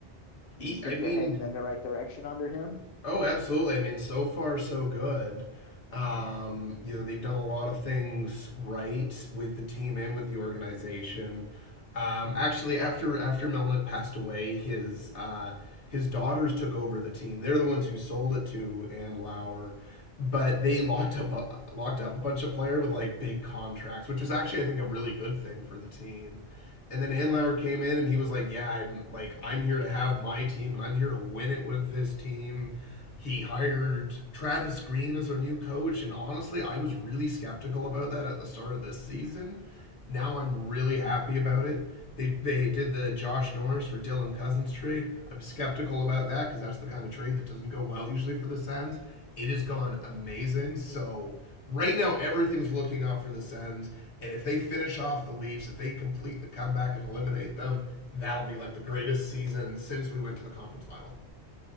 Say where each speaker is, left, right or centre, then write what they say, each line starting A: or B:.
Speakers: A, on the left; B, on the left.
A: E-
B: do you think
A: I mean,
B: they're heading in the right direction under him?
A: Oh, absolutely. I mean, so far so good. Um,
B: Mm.
A: you know, they've done a lot of things right with the team and with the organization. Um, actually, after after Melnick passed away, his uh, his daughters took over the team. They're the ones who sold it to and Lauer, but they locked up locked up a bunch of player with like big contracts, which was actually I think a really good thing for the team. And then Anlauer came in and he was like, "Yeah, I'm like I'm here to have my team and I'm here to win it with this team." He hired Travis Green as our new coach, and honestly, I was really skeptical about that at the start of this season. Now I'm really happy about it. They they did the Josh Norris for Dylan Cousins trade. I was skeptical about that because that's the kind of trade that doesn't go well usually for the Sens. It has gone amazing. So right now everything's looking up for the Sens. And if they finish off the Leafs, if they complete the comeback and eliminate them, that'll be like the greatest season since we went to the conference final.